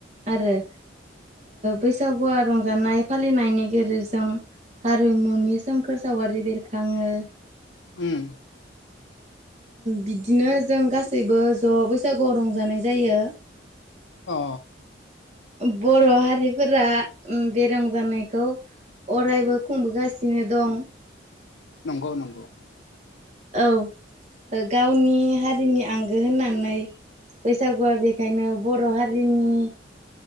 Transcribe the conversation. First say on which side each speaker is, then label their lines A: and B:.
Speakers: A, on the right; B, on the left.
A: आरो। बैसागुआ रंजानाय फालिनायनि गेजेरजों हारिमुनि सोमखोर सावगारि बेरखाङो
B: उम।
A: बिदिनो जों गासैबो ज बैसागुआव रंजानाय जायो।
B: अ।
A: बर' हारिफोरा बे रंजानायखौ अरायबो खुंबोगासिनो दं।
B: नंगौ नंगौ।
A: औ गावनि हारिनि आंगो होननानै बैसागुआ बेखायनो बर' हारिनि